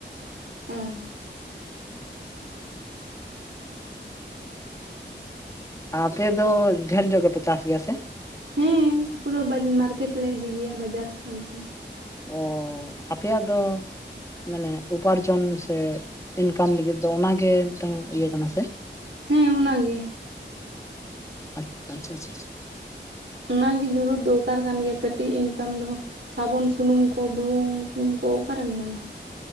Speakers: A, on the right; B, on the left.
A: ᱩᱸ,
B: ᱟᱯᱮ ᱫᱚ ᱰᱷᱮᱨ ᱧᱚᱜ ᱜᱮᱯᱮ ᱪᱟᱥ ᱜᱮᱭᱟ ᱥᱮ?
A: ᱦᱮᱸ, ᱯᱩᱨᱟᱹ ᱵᱟᱡᱽ ᱢᱟᱨᱠᱮᱴ ᱞᱮ ᱤᱫᱤ ᱜᱮᱭᱟ ᱵᱟᱡᱟᱨ ᱦᱟᱱᱛᱮ,
B: ᱚᱻ ᱟᱯᱮᱭᱟᱜ ᱫᱚ ᱢᱟᱱᱮ ᱩᱯᱟᱹᱨᱡᱚᱱ ᱥᱮ ᱤᱱᱠᱟᱢ ᱞᱟᱹᱜᱤᱫ ᱫᱚ ᱚᱱᱟᱜᱮ ᱢᱤᱫᱴᱟᱝ ᱤᱭᱟᱹ ᱠᱟᱱᱟ ᱥᱮ?
A: ᱦᱮᱸ ᱚᱱᱟ ᱜᱮ᱾
B: ᱟᱪ ᱟᱪᱪᱷᱟ ᱟᱪᱪᱷᱟ, ᱟᱪᱪᱷᱟ᱾
A: ᱚᱱᱟᱜᱮ ᱡᱳᱨᱩᱨᱚᱛ ᱫᱚᱨᱠᱟᱨ ᱠᱟᱱ ᱜᱮᱭᱟ ᱠᱟᱹᱴᱤᱡ ᱤᱱᱠᱟᱢ ᱫᱚᱦᱚ᱾ ᱥᱟᱵᱚᱱ ᱥᱩᱱᱩᱢ ᱠᱚ, ᱵᱩᱞᱩᱝ ᱥᱩᱱᱩᱢ ᱠᱚ ᱚᱠᱟᱨᱮᱢ ᱧᱟᱢᱼᱟ?